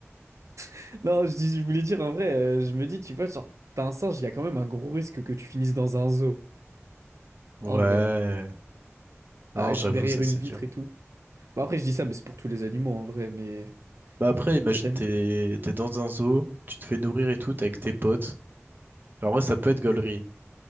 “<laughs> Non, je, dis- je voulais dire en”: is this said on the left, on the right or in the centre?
Right